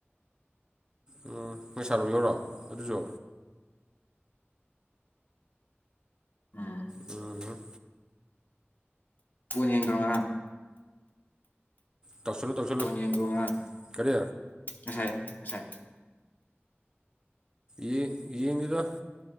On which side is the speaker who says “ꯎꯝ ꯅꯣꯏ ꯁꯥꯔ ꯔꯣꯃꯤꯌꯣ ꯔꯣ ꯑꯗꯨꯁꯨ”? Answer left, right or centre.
Right